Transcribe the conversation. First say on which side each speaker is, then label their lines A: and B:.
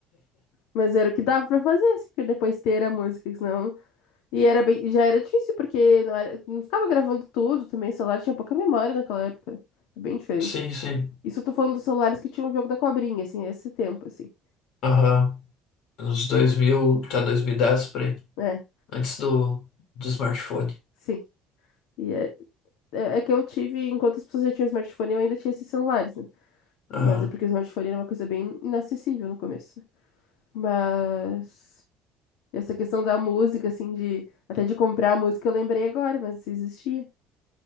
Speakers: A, on the left; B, on the left.
A: Mas era o que dava pra fazer, assim, porque depois ter a música, que senão. E era bem... e já era difícil, porque não era... não ficava gravando tudo também, o celular tinha pouca memória naquela época. né? Bem diferente.
B: Sim, sim.
A: Isso eu tô falando dos celulares que tinham o jogo da cobrinha, assim, esse tempo, assim.
B: Aham. Nos 2000 tá 2010 por aí.
A: É,
B: antes do, do smartphone.
A: sim. E é, é, é que eu tive, enquanto as pessoas já tinham smartphone, eu ainda tinha esses celulares, né?
B: Ah,
A: Mas é porque o smartphone era uma coisa bem inacessível no começo. né? Mas essa questão da música, assim, de até de comprar a música, eu lembrei agora, mas isso existia.